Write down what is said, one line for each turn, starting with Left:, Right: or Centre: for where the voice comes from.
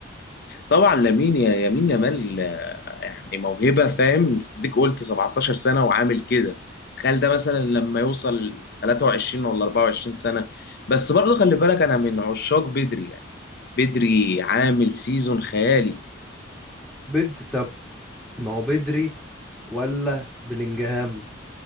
Left: طبعا لامين يا يمين يامال آه، يعني موهبه فاهم ديك قلت 17 سنه وعامل كده تخيل ده مثلا لما يوصل 23 ولا 24 سنه بس برضه خلي بالك انا من عشاق بدري يعني بدري عامل سيزون خيالي
Centre: بد طب ما هو بدري ولا بلينجهام